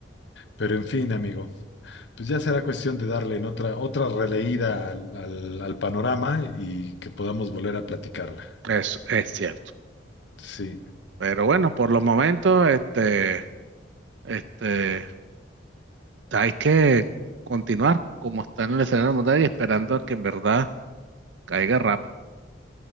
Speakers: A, on the left; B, on the right.
A: Pero en fin, amigo, pues ya será cuestión de darle en otra, otra releída al, al- al panorama y que podamos volver a platicarla.
B: eso es cierto.
A: Sí.
B: Pero bueno, por los momentos, este, este, hay que continuar como está en el escenario mundial y esperando a que en verdad caiga rápido.